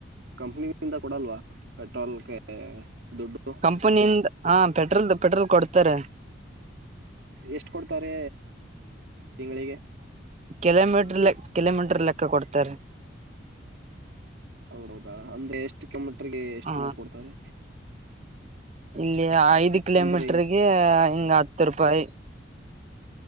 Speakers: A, on the right; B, on the right.
A: ಕಂಪನಿಂದ ಕೊಡಲ್ವಾ ಪೆಟ್ರೋಲ್ಗೆ ದುಡ್ಡು
B: ಕಂಪನಿಯಿಂದ ಹಾ ಪೆಟ್ರೋಲ್ದ ಪೆಟ್ರೋಲ್ ಕೊಡ್ತಾರೆ
A: ಎಷ್ಟ ಕೊಡ್ತಾರೆ ತಿಂಗ್ಳಿಗೆ
B: ಕಿಲೋಮೀಟರ್ ಲೆಕ್ಕ ಕಿಲೋಮೀಟರ್ ಲೆಕ್ಕ ಕೊಡ್ತಾರೆ
A: ಹೌದೌದಾ ಅಂದ್ರೆ ಎಷ್ಟು ಕಿಲೋಮೀಟರ್ಗೆ ಎಷ್ಟು
B: ಹ
A: ಅಮೌಂಟ್ ಕೊಡ್ತಾರೆ
B: ಇಲ್ಲಿ ಐದು ಕಿಲೋಮೀಟರ್ಗೆ
A: ಅಂದ್ರೆ ಹಿಂಗ್
B: ಹಿಂಗ ಹತ್ತು ರೂಪಾಯಿ